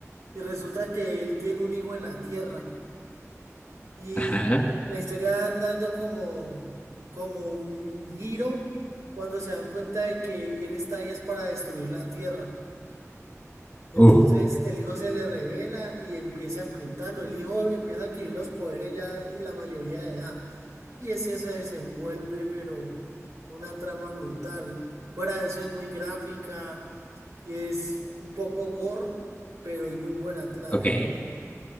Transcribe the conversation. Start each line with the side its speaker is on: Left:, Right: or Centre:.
Right: Y resulta que él tiene un hijo en la Tierra. Y
Left: ajá,
Right: la historia va dando como, como un giro cuando se dan cuenta de que él está ahí es para destruir la tierra. Entonces
Left: uh,
Right: el hijo se le revela y empieza a enfrentarlo. El hijo empieza a adquirir los poderes ya en la mayoría de edad. Y ese se desenvuelve, pero una trama brutal. Fuera de eso es muy gráfica, es un poco gore, pero es muy buena, te la
Left: ok,
Right: recomiendo.